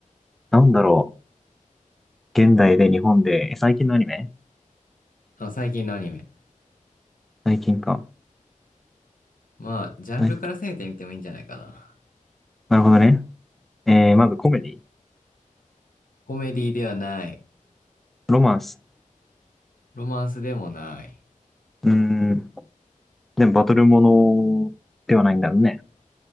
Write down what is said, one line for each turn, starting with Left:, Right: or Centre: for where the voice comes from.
Centre: なんだろう。現代で日本で、え最近のアニメ
Left: あ、最近のアニメ。
Centre: 最近か。
Left: まあ、ジャンルから攻めてみてもいいんじゃないかな。
Centre: 最近なるほどね。えー、まずコメディ、
Left: コメディではない。
Centre: ロマンス。
Left: ロマンスでもない。
Centre: うーん、でもバトルものではないんだろうね。